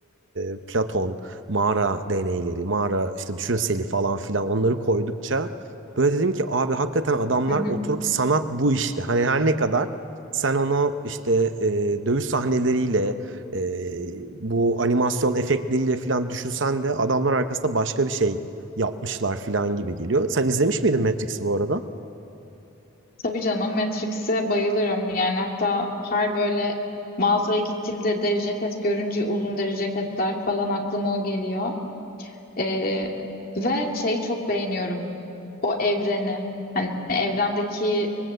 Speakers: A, on the right; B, on the left.
A: e, Platon, mağara deneyleri, mağara işte düşünseli falan filan onları koydukça böyle dedim ki abi hakikaten adamlar
B: hı hı.
A: oturup sanat bu işte. Hani her ne kadar sen onu işte e, dövüş sahneleriyle e, bu animasyon efektleriyle falan düşünsen de adamlar arkasında başka bir şey yapmışlar falan gibi geliyor. Sen izlemiş miydin Matrix'i bu arada?
B: Tabii canım Matrix'e bayılırım. Yani hatta her böyle mağazaya gittiğimde deri ceket görünce uzun deri ceketler falan aklıma o geliyor. Ee, ve şeyi çok beğeniyorum. O evreni. Hani evrendeki